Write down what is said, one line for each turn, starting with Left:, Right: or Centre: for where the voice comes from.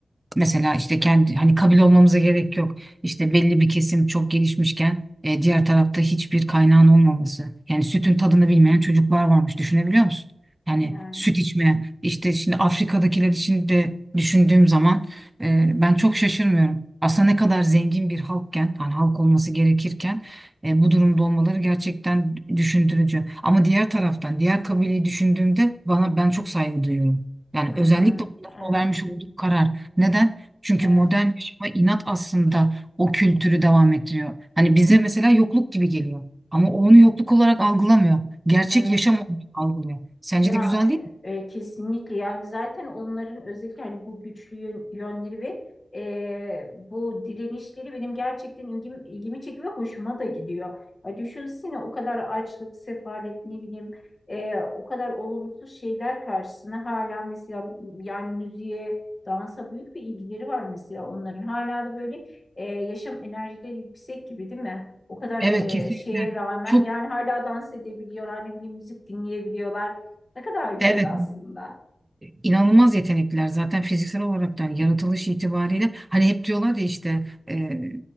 Right: mesela işte kendi hani kabile olmamıza gerek yok işte belli bir kesim çok gelişmişken e, diğer tarafta hiçbir kaynağın olmaması yani sütün tadını
Left: Evet,
Right: bilmeyen çocuklar varmış düşünebiliyor musun? Yani
Left: yani.
Right: süt içmeyen işte şimdi Afrika'dakiler için de düşündüğüm zaman e, ben çok şaşırmıyorum. Aslında ne kadar zengin bir halkken, hani halk olması gerekirken e, bu durumda olmaları gerçekten düşündürücü. Ama diğer taraftan, diğer kabileyi düşündüğümde bana ben çok saygı duyuyorum. Yani
Left: Hı
Right: özellikle
Left: hı.
Right: onların
Left: Evet,
Right: o vermiş olduğu karar. Neden? Çünkü
Left: evet,
Right: modern yaşama inat aslında o kültürü devam ettiriyor. Hani bize mesela yokluk gibi geliyor. Ama o onu yokluk olarak algılamıyor. Gerçek
Left: evet.
Right: yaşam olarak algılıyor. Sence
Left: Ya
Right: de güzel değil mi?
Left: e, kesinlikle yani zaten onların özellikle hani bu güçlü yön- yönleri ve e, bu direnişleri benim gerçekten ilgimi, ilgimi çekiyor ve hoşuma da gidiyor. Ya düşünsene o kadar açlık, sefalet ne bileyim e, o kadar olumsuz şeyler karşısına hala mesela yani müziğe, dansa büyük bir ilgileri var mesela onların. Hala da böyle e, yaşam enerjileri yüksek gibi değil mi? O kadar
Right: Evet
Left: e,
Right: kesinlikle.
Left: şeye rağmen
Right: Çok
Left: yani hala dans edebiliyorlar ne bileyim müzik dinleyebiliyorlar. Ne kadar güzel
Right: evet
Left: aslında.
Right: inanılmaz yetenekliler zaten fiziksel olarak da yani yaratılış itibariyle hani hep diyorlar ya işte e,